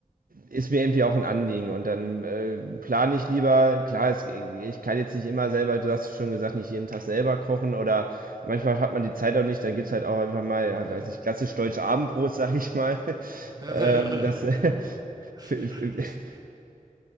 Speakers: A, on the right; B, on the right.
A: ist mir irgendwie auch ein Anliegen. Und dann äh, plane ich lieber, klar, es, ich kann jetzt nicht immer selber, du hast schon gesagt, nicht jeden Tag selber kochen oder manchmal hat man die Zeit auch nicht, dann gibt es halt auch einfach mal, ja,
B: ja.
A: weiß nicht,
B: <laughs>
A: klassisch deutsch Abendbrot, sag ich mal. <laughs>
B: Ja,
A: Ähm,
B: ja, ja,
A: das,
B: ja, genau.
A: <laughs>
B: Das,